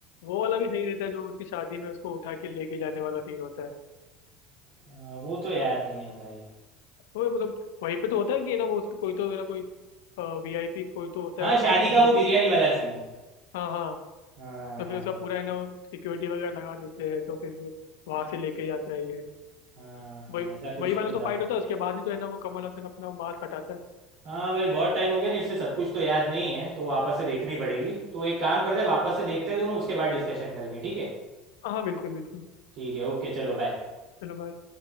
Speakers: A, on the left; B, on the right.
A: वो वाला भी सही रहता है जो उसकी शादी में उसको उठा के लेके जाने वाला सीन होता है
B: अ, वो तो याद नहीं है भाई
A: वो मतलब वहीं पे तो होता है कि है ना वो उसके कोई तो है ना कोई वीआईपी कोई तो होता
B: हाँ
A: है उसके
B: शादी
A: पूरी
B: का वो बिरयानी वाला सीन
A: हाँ हाँ
B: हाँ
A: तो
B: हाँ
A: फिर उसका पूरा है ना वो सिक्योरिटी वगैरह लगा देते हैं तो फिर भी वहां से लेके जाता है ये
B: हाँ हाँ
A: वही
B: ऐसा कुछ
A: वही वाला
B: तो था
A: तो फाइट होता है उसके बाद ही तो है ना वो कमल हसन अपना मास्क हटाता है
B: हाँ भाई बहुत टाइम हो गया ना इससे सब कुछ तो याद नहीं है तो वापस से देखनी पड़ेगी तो एक काम करते हैं वापस से देखते हैं दोनों उसके बाद डिस्कशन करेंगे ठीक है
A: हाँ हाँ, बिल्कुल बिल्कुल
B: ठीक है ओके चलो बाय
A: चलो bye.